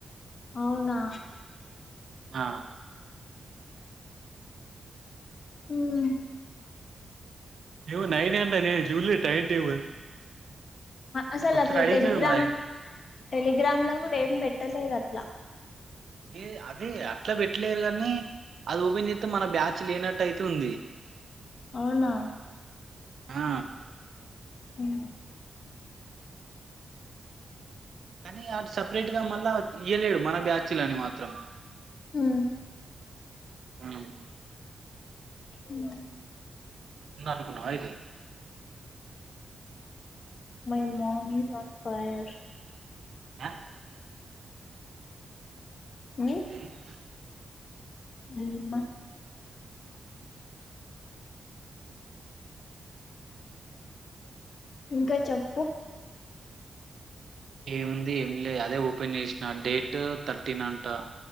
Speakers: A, on the left (about 60°); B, on the right (about 65°).
A: అవునా
B: ఆ
A: ఉం
B: ఏవో నైవే <unintelligible> అన్నారే జూలే టైం టేబుల్
A: అసలు
B: ఒకసారి
A: అట్లా
B: అడిగి
A: టెలిగ్రామ్
B: చూడు మరి
A: టెలిగ్రామ్ లో కూడా ఏం పెట్టలేదు అట్లా
B: ఏ అదే అట్లా పెట్లేదని అది ఓపెన్ చేతే మన బ్యాచ్ లేనట్టు అయితుంది
A: అవునా
B: ఆ
A: ఉం
B: కానీ అడు సపరేట్ గా మళ్ళా ఇయ్యలేడు మన బ్యాచిలని మాత్రం
A: ఉం
B: ఉంది
A: ఉం
B: ఉంది అనుకున్నావ అయితే
A: my mom is on fire <unintelligible>
B: ఆ
A: మీ
B: అ <unintelligible>
A: <inaudible> ఇంకా చెప్పు
B: ఏవుంది ఏమి లే అదే ఓపెన్ చేష్న డేట్ థర్టీన్ అంట